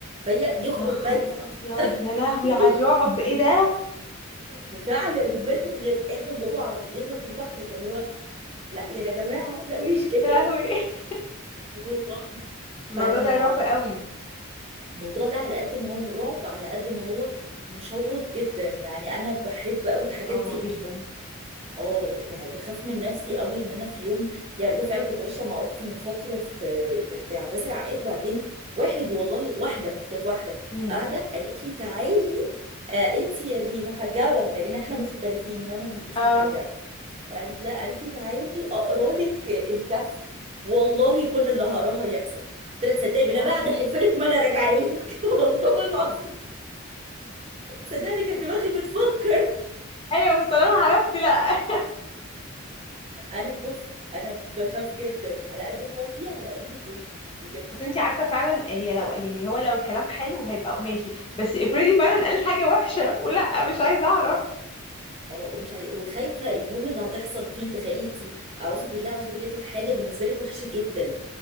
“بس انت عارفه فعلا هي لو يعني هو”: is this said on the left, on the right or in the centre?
Left